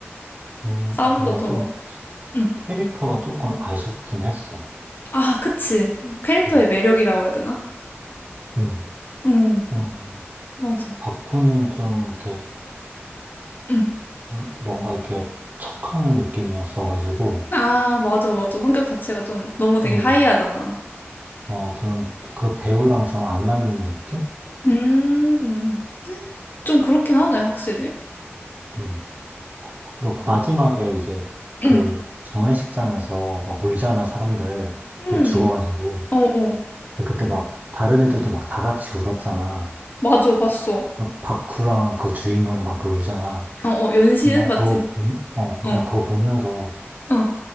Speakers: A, on the right; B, on the left.
A: 음,
B: 싸움도
A: 아, 근데
B: 더
A: 좀
B: 막, 음.
A: 캐릭터가 조금 아쉽긴 했어.
B: 아, 그치. 캐릭터의
A: 음,
B: 매력이라고 해야 되나?
A: 음.
B: 음,
A: 좀,
B: 맞아.
A: 바쿠는 좀 이렇게,
B: 음.
A: 좀 뭔가 이렇게 척하는 느낌이었어가지고,
B: 아, 맞아, 맞아. 성격 자체가 좀 너무 되게
A: 음,
B: 하이하잖아.
A: 어, 좀 그 배우랑 좀 안 맞는 느낌?
B: 음, 좀 그렇긴 하네, 확실히.
A: 음. 너 그 마지막에 이제
B: 음,
A: 그 장례식장에서 막 울잖아, 사람들.
B: 음.
A: 이렇게 죽어가지고.
B: 어, 어.
A: 근데 그때 막 다른 애들도 막 다 같이 울었잖아.
B: 맞아, 봤어.
A: 막 바쿠랑 그 주인공이랑 막 그 울잖아.
B: 어, 어. 연시은?
A: 나
B: 맞지?
A: 그거, 보- 어,
B: 어,
A: 나 그거 보면서
B: 어,